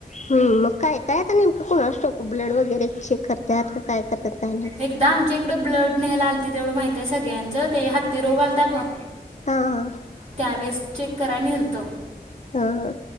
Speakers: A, on the left; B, on the right.
A: हम्म मग काय काय. नेमकं कोणास ठाऊक, ब्लड वगैरे चेक करतात का काय करतात काय माहिती.
B: एकदा आमच्या इकडं ब्लड न्यायला आलतीत तेवढं माहितय सगळ्यांचं, ते हत्ती रोग आलता बघ
A: हां-हां.
B: त्यावेळेस चेक करायला नेलत.
A: हा हा.